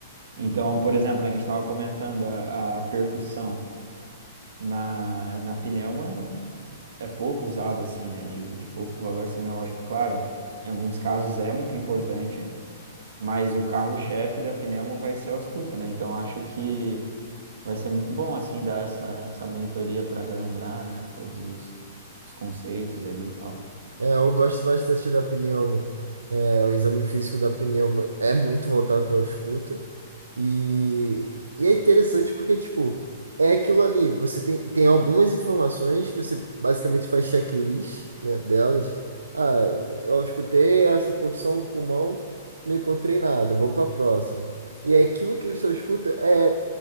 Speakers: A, on the right (about 65°); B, on the right (about 85°).
A: Então, por exemplo, né, que a gente estava comentando, a, a percussão na, na pneuma é, é pouco usada, assim, né? De, de pouco valor semiológico, claro. Em alguns casos é muito importante, mas o carro-chefe da Pneumo vai ser a ausculta, né? Então acho que vai ser muito bom, assim, dar essa, essa monitoria para relembrar, né? Todos os, os conceitos ali e tal.
B: É, eu gosto bastante da pneumo. É, o exame físico da pneumo é muito voltado para escuta. E, e é interessante porque, tipo, é aquilo ali. Você tem, tem algumas informações que você basicamente faz checklist, né, delas. Ah, eu escutei essa porção do pulmão, não encontrei nada, vou para a próxima. E é aquilo que você escuta é